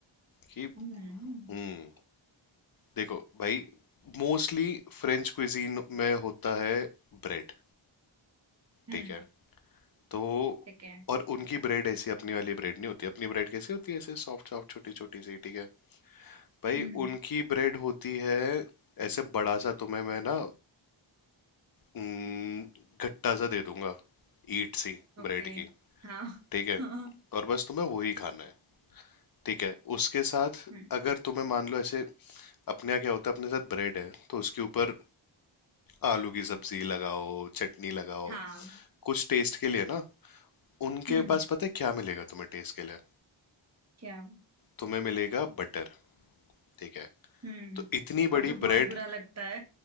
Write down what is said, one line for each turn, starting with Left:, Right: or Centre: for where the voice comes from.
Left: कि
Right: हम्म
Left: हम्म देखो भाई मोस्टली फ्रेंच क्विजीन में होता है ब्रेड
Right: हम्म
Left: ठीक है तो
Right: ठीक है
Left: और उनकी ब्रेड ऐसी अपनी वाली ब्रेड नहीं होती अपनी ब्रेड कैसी होती है ऐसे सॉफ्ट सॉफ्ट छोटी छोटी सी ठीक है भाई
Right: हम्म
Left: उनकी ब्रेड होती है ऐसे बड़ा सा तुम्हें मैं ना न, गट्टा सा दे दूंगा ईट सी
Right: ओके
Left: ब्रेड की
Right: हाँ
Left: ठीक है
Right: <laughs> हाँ
Left: और बस तुम्हें वही खाना है ठीक है उसके साथ
Right: हम्म
Left: अगर तुम्हें मान लो ऐसे अपने यहाँ क्या होता है अपने साथ ब्रेड है तो उसके ऊपर आलू की सब्जी लगाओ चटनी लगाओ
Right: हाँ
Left: कुछ टेस्ट के लिए ना उनके
Right: हम्म
Left: पास पता है क्या मिलेगा तुम्हें टेस्ट के लिए
Right: क्या
Left: तुम्हें मिलेगा बटर ठीक है
Right: हम्म
Left: तो इतनी
Right: और
Left: बड़ी
Right: जो बहुत
Left: ब्रेड
Right: बुरा लगता है